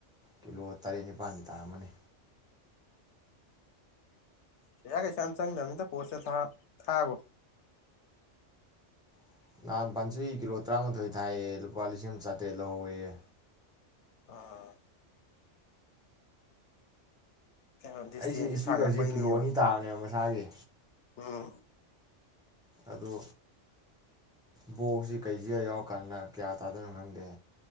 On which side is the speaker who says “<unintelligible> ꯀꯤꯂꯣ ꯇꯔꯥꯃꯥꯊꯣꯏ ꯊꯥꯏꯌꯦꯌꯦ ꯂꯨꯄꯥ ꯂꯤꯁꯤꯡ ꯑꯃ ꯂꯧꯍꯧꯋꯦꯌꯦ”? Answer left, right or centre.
Centre